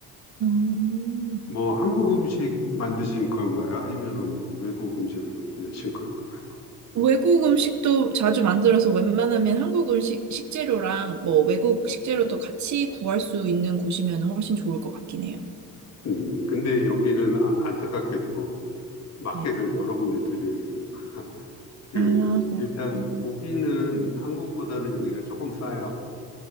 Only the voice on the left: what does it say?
뭐 한국 음식 만드신 건가요? 아니면은 뭐 외국 음식을 만드신 건가요?
음, 근데 여기는 아- 안타깝게도 마켓을
여러 군데 들려야 됩니다. 그,
일단 고기는 한국보다는 여기가 조금 싸요.